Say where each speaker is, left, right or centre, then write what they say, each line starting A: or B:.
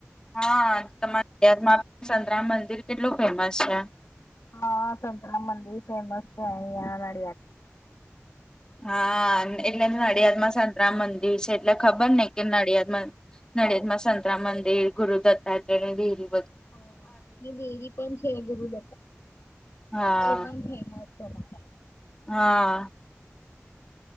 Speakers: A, on the left (about 15°); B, on the left (about 75°).
A: હા તમારાયામાં સંતરામ મંદિર કેટલું ફેમસ છે.
B: હા સંંતરામ મંદિર ફેમસ અહીંયાના જ
A: હા એટલે નડિયાદમાં રામ મંદિર છે એટલે ખબર ને કે નડિયાદમાં નડિયાદમાં સંતરા મંદિર ગુરદત્તાત્ર બીર
B: હ દેવી પણ શરગુરુ બ
A: હા
B: એ પણ ફેમસ
A: હા